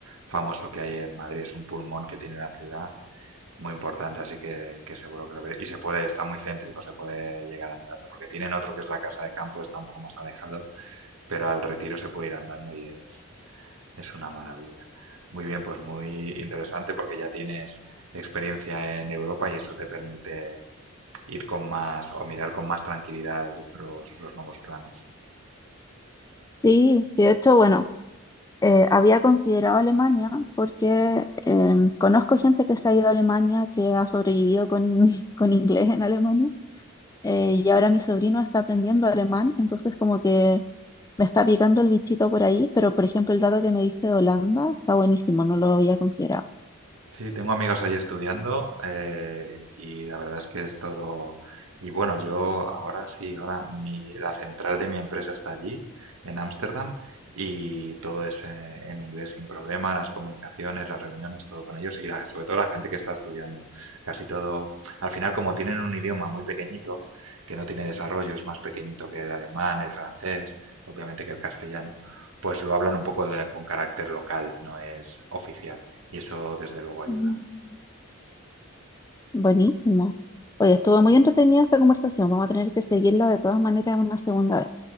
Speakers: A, on the right; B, on the left.
A: famoso que hay en Madrid. Es un pulmón que tiene la ciudad muy importante, así que, que seguro que lo veré. Y se puede, está muy céntrico, se puede llegar andando, porque tienen otro que es la casa de campo, está un poco más alejado, pero al retiro se puede ir andando y es, es una maravilla. Muy bien, pues muy interesante porque ya tienes experiencia en Europa y eso te permite ir con más o mirar con más tranquilidad los, los nuevos planes.
B: sí, sí, de hecho, bueno, eh, había considerado Alemania porque em, conozco gente que se ha ido a Alemania, que ha sobrevivido con, <laughs> con inglés en Alemania, eh, y ahora mi sobrino está aprendiendo alemán, entonces como que me está picando el bichito por ahí, pero por ejemplo el dato que me diste de Holanda está buenísimo, no lo había considerado.
A: Sí, tengo amigos ahí estudiando eh, y la verdad es que es todo... Y bueno, yo ahora sí, ahora mi, la central de mi empresa está allí, en Ámsterdam, y todo es eh, en inglés sin problema, las comunicaciones, las reuniones, todo con ellos y la- sobre todo la gente que está estudiando. Casi todo, al final como tienen un idioma muy pequeñito, que no tiene desarrollo, es más pequeñito que el alemán, el francés, obviamente que el castellano, pues lo hablan un poco de- con carácter local, no es oficial y eso desde luego ayuda.
B: Mm. Buenísimo. Oye, estuvo muy entretenida esta conversación. Vamos a tener que seguirla de todas maneras una segunda vez.